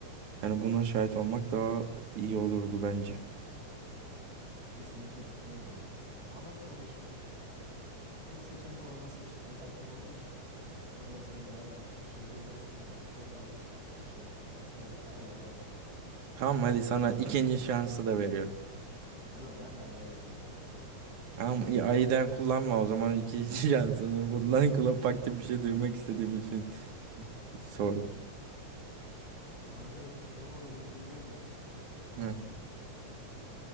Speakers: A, on the right; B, on the right.
A: Yani buna şahit olmak daha iyi olurdu bence.
B: kesinlikle katılıyorum ya. Ama tabii şimdi tek seçenek olması işte tek hakkın olduğu için o da insanı biraz bu şeyde bırakıyor yani. Çok fazla seçenek var. Çok fazla tarihi olay var
A: Tamam hadi
B: baktığın
A: sana
B: zaman.
A: ikinci şansı da veriyorum.
B: O zaman ben de Ay'a geleyim ya kanka.
A: Tamam iyi, ayıdan kullanma o zaman ikinci <laughs> şansını. Bundan
B: <laughs>
A: kula farklı bir şey duymak istediğim için sordum.
B: Kanka ne olabilirdi biliyor musun?
A: Hı.